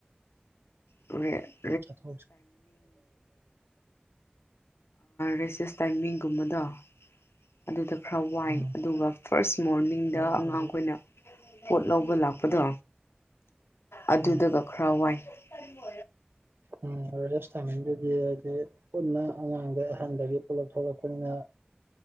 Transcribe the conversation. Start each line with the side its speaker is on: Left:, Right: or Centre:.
Left: ꯃ
Right: ꯑꯔ ꯊ
Left: ꯔꯦꯁꯦꯁ ꯇꯥꯏꯃꯤꯡꯒꯨꯝꯕꯗꯣ ꯑꯗꯨꯗ ꯈꯔ ꯋꯥꯏ
Right: ꯎꯝ
Left: ꯑꯗꯨꯒ ꯐꯥꯔꯁ ꯃꯣꯔꯅꯤꯡꯗ
Right: ꯑꯗꯨꯗꯤ
Left: ꯑꯉꯥꯡ ꯑꯩꯈꯣꯏꯅ ꯄꯣꯠ ꯂꯧꯕ ꯂꯥꯛꯄꯗꯣ ꯑꯗꯨꯗꯒ
Right: ꯎꯝ
Left: ꯈꯔ ꯋꯥꯏ ꯃ
Right: ꯎꯝ ꯔꯦꯁ ꯇꯥꯏꯃꯤꯡꯗꯨꯗꯤ ꯍꯥꯏꯗꯤ ꯄꯨꯟꯅ ꯑꯉꯥꯡꯗ ꯑꯍꯟꯗꯒꯤ ꯄꯨꯂꯞ ꯊꯣꯛꯂꯛꯄꯅꯤꯅ